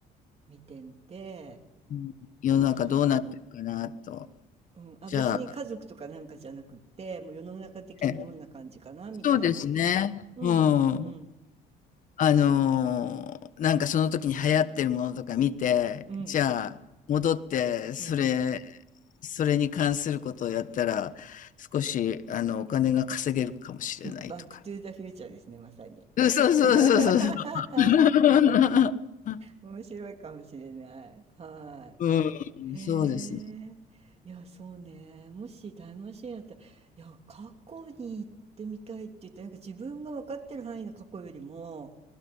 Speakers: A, on the right; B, on the left.
A: 見てみて。
B: ん世の中どうなってるかなと。
A: はい。うん。あ、
B: じゃあ、
A: 別に家族とかなんかじゃなくって、もう世の中的にどんな感じかなみたいな。
B: ねそうですね。
A: うんうんうん。
B: うん。あのーなんかその時に流行ってるものとか見て、
A: うん。
B: じゃあ、戻って、それ、
A: うん。
B: それに関することをやったら、少し、あの、お金が稼げるかもしれないとか。
A: バックトゥーザフューチャーですね、まさに。
B: うんそうそうそうそうそ
A: <laughs> はい
B: う。<laughs>
A: 面白いかもしれない。は
B: うん、
A: い。へえ、
B: そうですね。
A: いや、そうね。もしタイムマシンやったら、いや、過去に行ってみたいって言って、なんか自分が分かってる範囲の過去よりも、